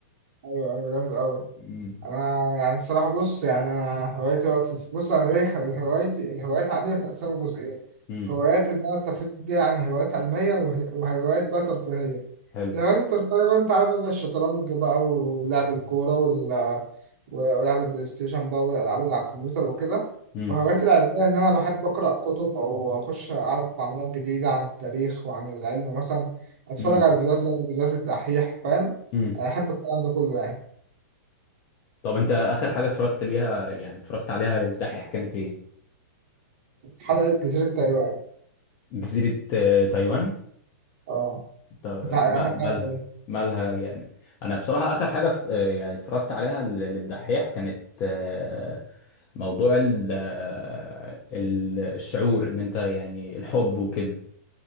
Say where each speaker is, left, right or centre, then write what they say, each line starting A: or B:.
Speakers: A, on the right; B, on the left.
A: ايوه ايوه جامد قوي
B: امم
A: انا يعني الصراحه بص يعني انا هوايتي وقت الف- بص انا ليه هوايتي الهوايات عندي متقسمه جزئين
B: امم
A: هوايات ان انا استفيد بيها يعني هوايات علميه وه- وهوايات بقى ترفيهيه
B: حلو
A: الهوايات الترفيهيه بقى انت عارف بقى زي الشطرنج بقى و- ولعب الكوره وال... ولعب البلاي ستيشن بقى والالعاب اللي على الكمبيوتر وكده
B: امم
A: وهواياتي العلميه ان انا بحب اقرا كتب او اخش اعرف معلومات جديده عن التاريخ وعن العلم مثلا اتفرج
B: امم
A: على فيديوهات زي فيديوهات الدحيح فاهم
B: امم
A: يعني احب الكلام ده كله يعني
B: طب انت اخر حاجه اتفرجت ليها يعني اتفرجت عليها الدحيح كانت ايه
A: حلقة جزيرة تايوان
B: جزيرة آه، تايوان
A: اه
B: تا-
A: انت اخر
B: ما- مالها
A: حلقة ايه؟
B: مالها يعني أنا بصراحة آخر حاجة ف- آه، يعني اتفرجت عليها ل- للدحيح كانت آه، موضوع ال- آه، ال- الشعور إن أنت يعني الحب وكده